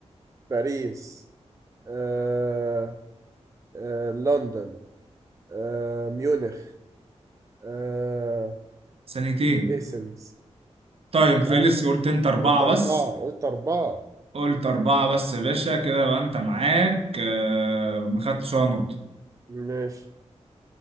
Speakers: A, on the right; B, on the right.
A: باريس آه آه لندن آه ميونخ آه
B: ثانيتين
A: ايسنز
B: طيب خلص
A: آه
B: قلت انت اربعة
A: قلت أربعة
B: بس
A: قلت أربعة
B: قلت اربعة بس يا باشا كده بقى انت معاك آه ما خدتش ولا نقطة
A: ماشي